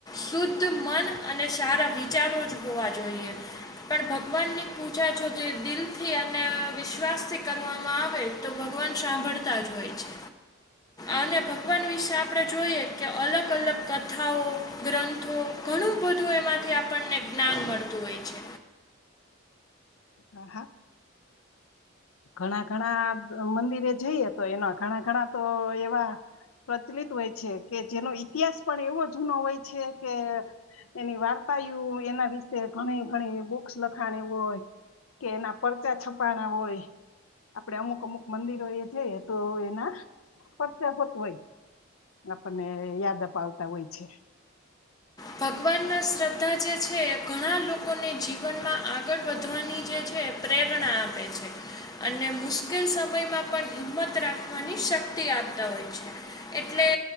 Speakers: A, on the left; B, on the left.
A: શુદ્ધ મન અને શારા વિચાર હોવા જોઈએ પણ ભગવાનની પૂજા જો દિલથી અને વિશ્વાસ થી કરવામાં આવે તો ભગવાન સાંભળતા જ હોય છે. અને ભગવાન વિશે આપણે જોઈએ કે અલગ અલગ કથાઓ ગ્રંથો ઘણું બધું એમાંથી આપણને જ્ઞાન મળતું હોય છે.
B: હ હા. ઘણા ઘણા મંદિરે જઈએ તો એના ઘણા ઘણા તો એવા પ્રચલિત હોય છે કે જેનો ઇતિહાસ પણ એવો જૂનો હોય છે કે એની વાર્ તા યું એના વિશે ઘણી ઘણી બુક્સ લખાણ હોય. કે એના પરચા છપાણા હોય. આપડે અમુક અમુક મંદિરો એ છે તો એના પદચાગત હોય. આપણને યાદ અપાવતા હોય છે.
A: ત ભગવાનમાં શ્રદ્ધા જે છે ઘણા લોકોને જીવનમાં આગળ વધવાની જે છે પ્રેરણા આપે છે અને મુશ્કેલ સમયમાં પણ હિંમત રાખવાની શક્તિ આપ તા હોય છે એટલે